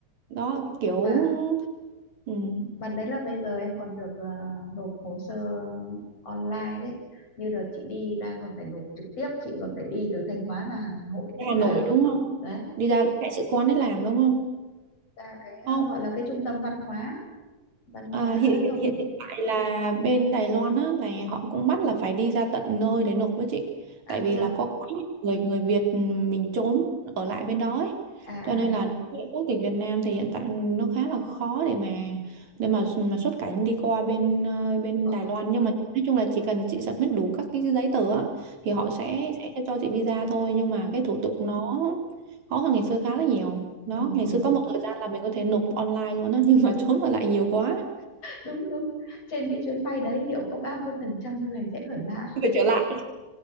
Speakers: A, on the right (about 65°); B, on the left (about 50°).
A: đó cái kiểu
B: và
A: ừ,
B: và đấy là bây giờ em còn được ờ, nộp hồ sơ online đấy như đợt chị đi đang còn phải nộp trực tiếp chị còn phải đi từ Thanh Hóa ra Hà Nội để
A: Hà
B: làm
A: Nội đúng không
B: đấy
A: đi ra cái đại sứ quán để làm đúng không
B: ra cái ờ,
A: Không,
B: gọi là cái trung tâm văn hóa văn
A: À,
B: hóa
A: hiện hiện
B: thông
A: hiện hiện tại là bên Đài Loan á là họ cũng bắt là phải đi ra tận nơi để nộp với chị
B: a
A: tại vì
B: thế à
A: là có quá nhiều người người Việt ừ, mình trốn ở lại bên đó ấy
B: à à
A: cho nên là đối với quốc tịch Việt Nam thì hiện tại nó khá là khó để mà để mà mà xuất cảnh đi qua bên ờ, bên
B: ờ
A: Đài Loan nhưng mà nói chung là chỉ cần chị submit đủ các cái giấy tờ á thì
B: ừ.
A: họ sẽ sẽ cho chị visa thôi nhưng mà
B: ừ.
A: cái thủ tục nó khó hơn ngày xưa khá là nhiều đó
B: Ừ,
A: ngày
B: ừ.
A: xưa có một thời gian là mình có thể nộp online luôn á <laughs> nhưng mà trốn ở lại nhiều quá
B: đúng đúng trên cái chuyến bay đấy liệu có bao nhiêu phần trăm người sẽ ở lại
A: về trở lại